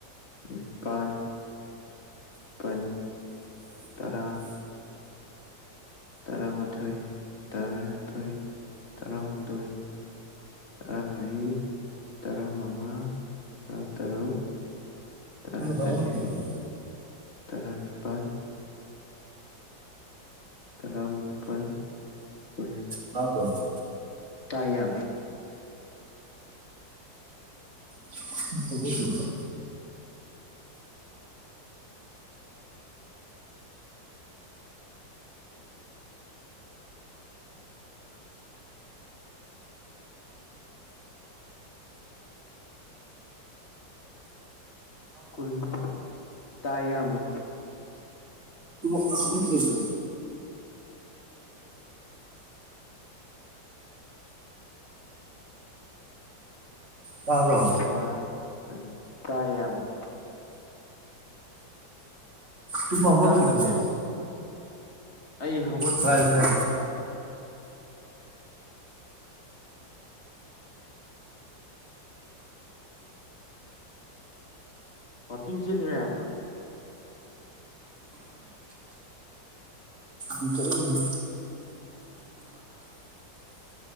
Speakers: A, on the left (about 35°); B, on the right (about 40°).
A: ꯅꯤꯄꯥꯟ ꯃꯥꯄꯟ ꯇꯔꯥ ꯇꯔꯥꯃꯥꯊꯣꯏ ꯇꯔꯥꯅꯤꯊꯣꯏ ꯇꯔꯥꯍꯨꯝꯗꯣꯏ ꯇꯔꯥꯃꯔꯤ ꯇꯔꯥꯃꯉꯥ ꯇꯔꯥꯇꯔꯨꯛ ꯇꯔꯥꯇꯔꯦꯠ
B: ꯍꯥꯏꯕ ꯇꯥꯕ꯭ꯔꯣ
A: ꯇꯔꯥꯅꯤꯄꯥꯜ ꯇꯔꯥꯃꯥꯄꯜ ꯀꯨꯟ
B: ꯇꯥꯗꯔꯣ
A: ꯇꯥꯏ ꯌꯝ
B: ꯇꯨꯡꯕ ꯍꯧꯒꯠꯇꯔꯤꯕꯣ
A: ꯀꯔꯤꯅꯣ ꯇꯥꯏ ꯏꯌꯥꯝꯕ
B: ꯍꯧꯒꯠꯇꯔꯤꯕꯣ ꯇꯥꯕ꯭ꯔꯣ
A: ꯑꯃ ꯑꯅꯤ ꯇꯥꯏ ꯏꯌꯥꯝꯕ
B: ꯇꯨꯝ ꯍꯧꯒꯠꯇꯔꯤꯕꯣ
A: ꯇꯥꯗꯕ꯭ꯔ
B: ꯅꯪ
A: ꯏꯌꯥꯝꯕ ꯑꯩ ꯍꯧꯒꯠ
B: ꯇꯥꯏ ꯇꯥꯏ
A: ꯋꯥꯀꯤꯡ ꯆꯦꯟꯂꯤꯔꯣ ꯏꯌꯥꯝꯕ
B: ꯎꯝ ꯆꯦꯟꯂꯝꯕꯅꯦ